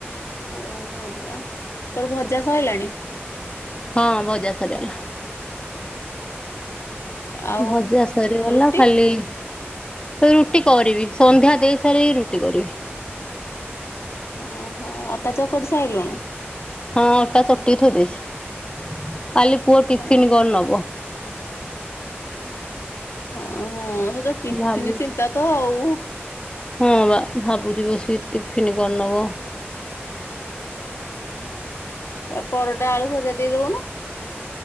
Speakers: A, on the left (about 85°); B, on the left (about 20°).
A: ଗୁଳୁ ଗୁଳି ହଉଚିପା। ତୋର ଭଜା ସଇଲାଣି?
B: ହଁ ଭଜା ସରିଗଲା।
A: ଆଉ
B: ଭଜା ସରିଗଲା
A: ରୁଟି
B: ଖାଲି ରୁଟି କରିବି ସନ୍ଧ୍ୟା ଦେଇ ସାରିକି ରୁଟି କରିବି।
A: ଓହୋ ଅଟା ଚକଟି ସାଇଲୁଣୁ?
B: ହଁ ଅଟା ଚକ୍ ଟି କି ଥୋଇଦେଇଛି। କାଲି ପୁଅ ଟିଫିନ୍
A: ହଁ
B: କଣ ନବ?
A: ହଁ ହଁ ସେତ ଟିଫିନ୍
B: ଭାବୁଛି।
A: ଚିନ୍ତା ତ ଆଉ।
B: ହଁ ବା ଭାବୁଛି ବସିକି ଟିଫିନ୍ କଣ ନବ?
A: ଏ ପରଟା ଆଳୁ ଭଜା ଦେଇଦଉନୁ।